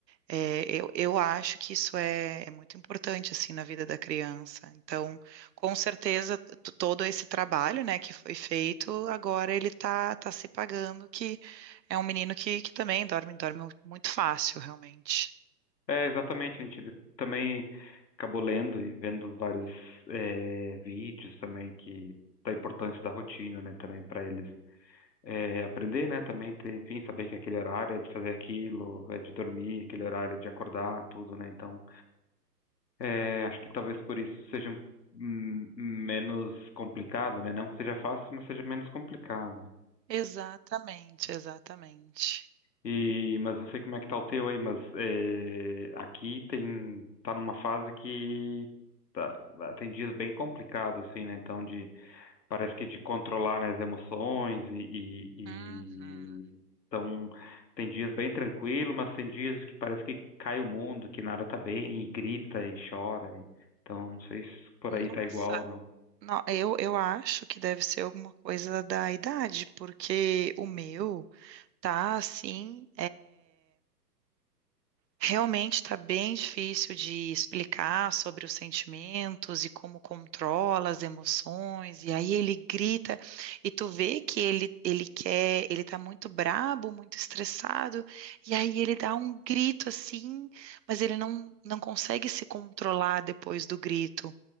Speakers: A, on the right; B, on the left.
A: É, eu, eu acho que isso é, é muito importante assim na vida da criança. Então, com certeza, t- todo esse trabalho, né, que foi feito, agora ele tá, tá se pagando, que é um menino que, que também dorme, dorme muito fácil, realmente.
B: É, exatamente, a gente também acabou lendo e vendo vários eh, vídeos também que da importância da rotina, né, também para eles eh, aprender, né, também ter, enfim, saber que aquele horário é de fazer aquilo, é de dormir, aquele horário é de acordar, tudo, né, então eh, acho que talvez por isso seja hum, menos complicado, né, não que seja fácil, mas seja menos complicado.
A: Exatamente, exatamente.
B: E, mas não sei como é que tá o teu aí, mas é, aqui tem, tá numa fase que tá, tá, tem dias bem complicados, assim, né? Então, de, parece que de controlar, né, as emoções e, e,
A: Uhum.
B: e- então, tem dias bem tranquilo, mas tem dias que parece que cai o mundo, que nada tá bem, e grita e chora. e- então, não sei se por
A: Nossa,
B: aí tá igual ou não.
A: não, eu, eu acho que deve ser alguma coisa da idade, porque o meu tá assim, Realmente está bem difícil de explicar sobre os sentimentos e como controla as emoções. E aí ele grita e tu vê que ele ele quer, ele tá muito brabo, muito estressado. E aí ele dá um grito assim, mas ele não não consegue se controlar depois do grito.